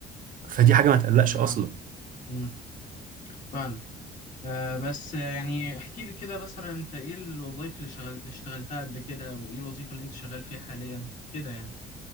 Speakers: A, on the right; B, on the left.
A: فدي
B: صح
A: حاجه ما تقلقش
B: أنا معاك.
A: اصلا
B: مم. فعلا آه بس آه، يعني احكي لي كده مثلا انت ايه الوظائف اللي شغل... اشتغلتها قبل كده وايه الوظيفة اللي انت شغال فيها حاليا كده يعني